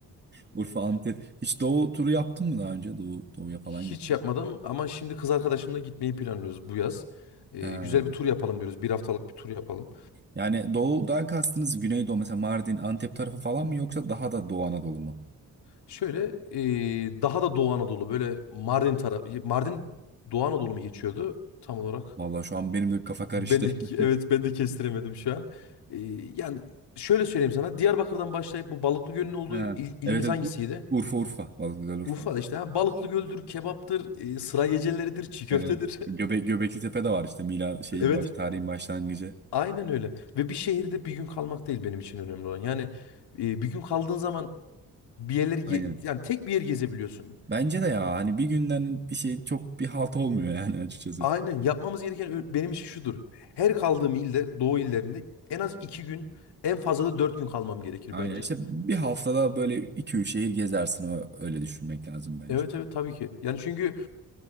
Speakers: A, on the right (about 25°); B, on the left (about 80°).
A: Urfa, Antep. Hiç Doğu turu yaptın mı daha önce? Doğu, Doğu'ya falan
B: Hiç
A: gittin.
B: yapmadım ama şimdi kız arkadaşımla gitmeyi planlıyoruz bu yaz. Eee,
A: Ha.
B: güzel bir tur yapalım diyoruz. Bir haftalık bir tur yapalım.
A: Yani Doğu'dan kastınız Güneydoğu mesela Mardin, Antep tarafı falan mı yoksa daha da Doğu Anadolu mu?
B: Şöyle e, daha da Doğu Anadolu böyle Mardin tarafı Mardin Doğu Anadolu mu geçiyordu tam olarak?
A: Vallahi şu an benim de kafa karıştı.
B: Ben de
A: <laughs>
B: evet ben de kestiremedim şu an. E, yani şöyle söyleyeyim sana Diyarbakır'dan başlayıp bu Balıklı Göl'ün olduğu
A: Ha.
B: il-
A: Evet
B: ilimiz
A: evet
B: hangisiydi?
A: Ur- Urfa Urfa. Vallahi güzel Urfa.
B: Urfa'da işte ha, Balıklı Göl'dür, kebaptır, e, sıra geceleridir, çiğ köftedir.
A: Evet.
B: <laughs>
A: Göbe Göbekli Tepe de var işte Mila şeyin
B: Evet.
A: baş tarihin başlangıcı.
B: Aynen öyle. Ve bir şehirde bir gün kalmak değil benim için önemli olan. Yani e, bir gün kaldığın zaman bir yerleri ge-
A: Aynen.
B: yani tek bir yer gezebiliyorsun.
A: Bence de ya hani bir günden bir şey çok bir halt olmuyor yani <laughs> açıkçası.
B: Aynen yapmamız gereken ö- benim için şudur. Her kaldığım ilde, doğu illerinde en az iki gün, en fazla da dört gün kalmam gerekir
A: Aynen
B: bence.
A: işte bir haftada böyle iki üç şehir gezersin o- öyle düşünmek lazım bence.
B: Evet evet tabii ki. Yani çünkü